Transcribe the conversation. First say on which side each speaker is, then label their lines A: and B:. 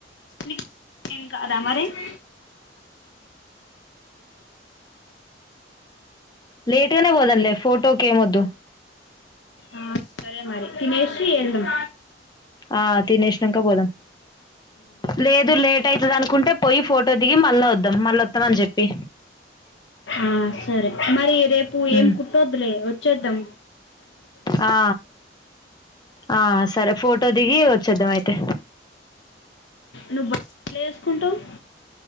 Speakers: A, on the left (about 80°); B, on the left (about 25°).
A: నీకే ఏం కాదా మరి. <inaudible>
B: లేట్గనే పోదంలే ఫోటోకే మొద్దు.
A: ఆ సరే మరి తినేషి ఎళ్దం.
B: ఆ తినేష్నంక పోదం లేదు లేటైత కుంటె పొయ్యి ఫోటో దిగి మళ్ళా వొద్దం మళ్ళొ త్తమన్ జెప్పి.
A: ఆ సరె మరీ. రేపు
B: ఉమ్
A: ఏం కుట్టోద్లే వొ చేద్దం.
B: ఆ ఆ సరె ఫోటో దిగి వచ్చేద్దామైతె.
A: నువ్ బస్లే ఏస్కుంటవ్.